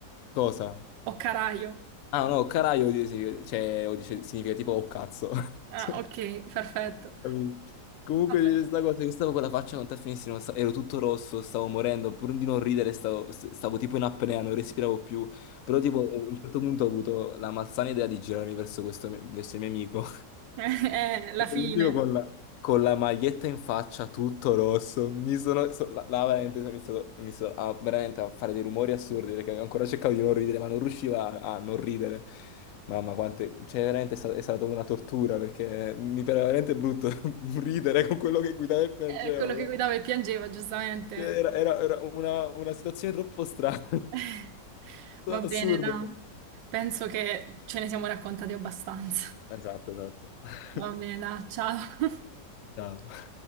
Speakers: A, on the left; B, on the right.
A: Cosa?
B: O caraio.
A: Ah no, caraio, di- significa- cioè, o dice- significa tipo oh cazzo.
B: Ah,
A: <laughs>
B: ok, perfetto.
A: Capito? Comunque
B: Vabbè.
A: dice questa cosa, io stavo con la faccia con te finissimo, sta- ero tutto rosso, stavo morendo, pur di non ridere stavo, stavo tipo in apnea, non respiravo più, però tipo a un certo punto ho avuto la malsana idea di girarmi verso questo, verso il mio amico
B: <laughs> Eh, la fine.
A: L'unico con la, con la maglietta in faccia, tutto rosso, mi sono, so- là, là veramente sono iniziato, ho iniziato a, veramente a fare dei rumori assurdi perché ancora cercavo di non ridere, ma non riuscivo a, a non ridere. Mamma, quante, cioè veramente è sta- è stata, una tortura perché mi pareva veramente brutto <laughs> ridere con quello che guidava e piangevo,
B: Eh, quello
A: però
B: che guidava e piangeva, giustamente.
A: Cioè, era, era- era una, una situazione troppo strana,
B: <laughs>
A: <laughs>
B: Va bene,
A: assurdo.
B: da. Penso che ce ne siamo raccontati abbastanza.
A: Esatto, esatto. <laughs>
B: Va bene, da. Ciao.
A: Ciao.